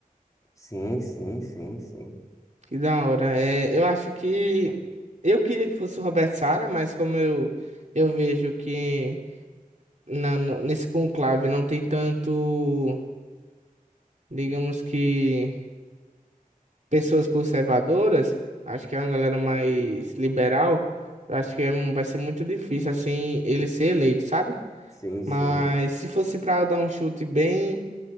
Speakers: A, on the left; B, on the right.
A: Sim, sim, sim, sim.
B: Que da hora. É, eu acho que eu queria que fosse o Roberto Sara, mas como eu, eu vejo que na, no- nesse conclave não tem tanto, digamos que, pessoas conservadoras, acho que é uma galera mais liberal, eu acho que é mu- vai ser muito difícil, assim, ele ser eleito, sabe?
A: Sim,
B: Mas
A: sim.
B: se fosse para dar um chute bem,